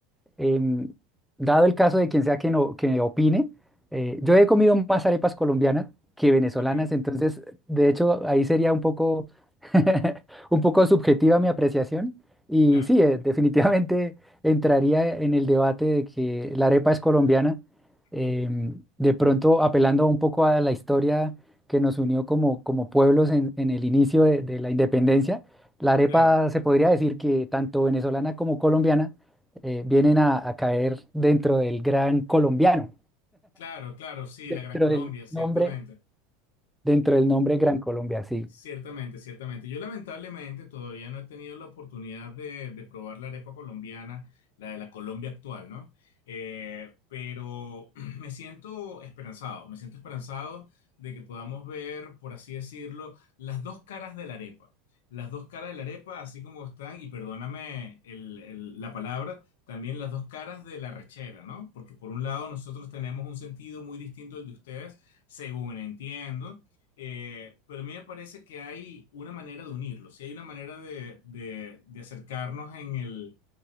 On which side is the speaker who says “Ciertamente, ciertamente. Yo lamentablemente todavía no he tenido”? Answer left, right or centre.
Left